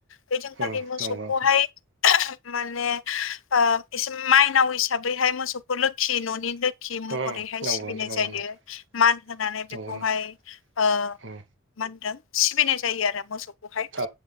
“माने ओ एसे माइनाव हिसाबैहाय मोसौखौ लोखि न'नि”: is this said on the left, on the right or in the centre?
Left